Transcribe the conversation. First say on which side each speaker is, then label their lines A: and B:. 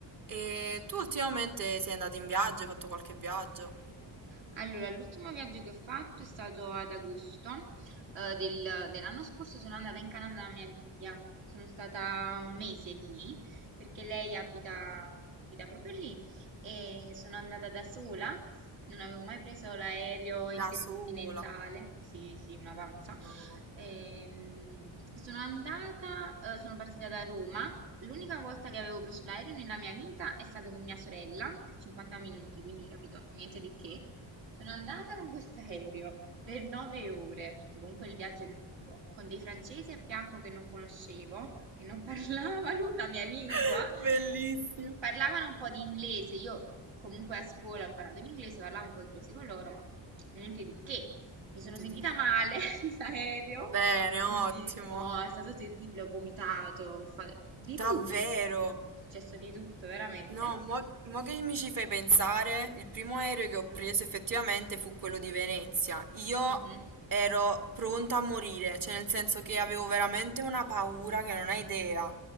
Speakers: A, on the right; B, on the right.
A: E tu ultimamente sei andato in viaggio, hai fatto qualche viaggio?
B: Allora, l'ultimo viaggio che ho fatto è stato ad agosto, eh, del- dell'anno scorso. Sono andata in Canada da mia zia. Sono stata un mese lì perché lei abita, abita proprio lì e sono andata da sola. Non avevo mai preso l'aereo intercontinentale.
A: Da sola?
B: Sì, sì, una pazza.
A: No,
B: Ehm, sono andata, eh, sono partita da Roma. L'unica volta che avevo preso l'aereo nella mia vita è stato con mia sorella per 50 minuti, quindi capito, niente di che. Sono andata con questo aereo per nove ore, perché comunque il viaggio è lungo, con dei francesi a fianco che non conoscevo, che non <laughs> parlavano la mia lingua,
A: <laughs> Bellissimo.
B: quindi parlavano un po' di inglese. Io comunque a scuola ho imparato l'inglese, parlavo un po' di inglese con loro, ma niente di che. Mi
A: niente
B: sono sentita
A: di che.
B: male <laughs> nell'aereo,
A: Bene,
B: quindi
A: ottimo.
B: no, è stato terribile, ho vomitato, ho fatto di tutto,
A: Davvero?
B: è suc- successo di tutto, veramente.
A: No, mo, mo che mi ci fai pensare, il primo aereo che ho preso effettivamente fu quello di Venezia. Io
B: Mhm.
A: ero pronta a morire, cioè nel senso
B: Mamma
A: che avevo
B: mia.
A: veramente una paura che non hai idea.